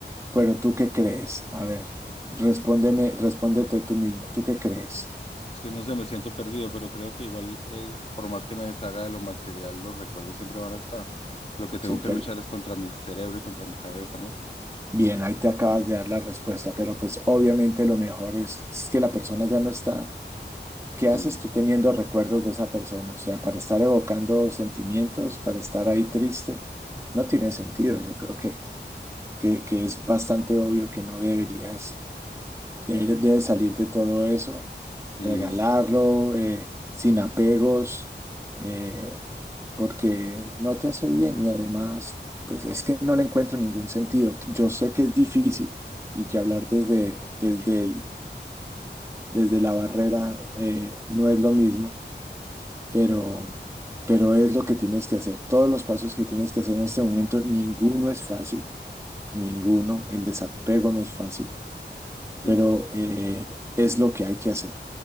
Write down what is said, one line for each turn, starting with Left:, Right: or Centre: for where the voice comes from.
Right: pero ¿tú qué crees? A ver, respóndeme, respóndete tú mismo, ¿tú qué crees?
Left: Es que no sé, me siento perdido, pero creo que igual es, por más que me deshaga de lo material, los recuerdos siempre van a estar. Lo que tengo
Right: Sí, pero
Left: que luchar es contra mi cerebro y contra mi cabeza, ¿no?
Right: bien, ahí te acabas de dar la respuesta, pero pues obviamente lo mejor es, es que la persona ya no está. ¿Qué haces
Left: Sí.
Right: tú teniendo recuerdos de esa persona? O sea, para estar evocando sentimientos, para estar ahí triste, no tiene sentido. Yo creo que, que, que es bastante obvio que no deberías. Él debe salir de todo eso,
Left: Liz,
Right: regalarlo, eh, sin apegos, eh, porque no te hace bien y además, pues es que no le encuentro ningún sentido. Yo sé que es difícil y que hablar desde, desde, el- desde la barrera eh, no es lo mismo, pero, pero es lo que tienes que hacer. Todos los pasos que tienes que hacer en este momento, ninguno es fácil, ninguno. El desapego no es fácil,
Left: sí.
Right: pero eh, es lo que hay que hacer.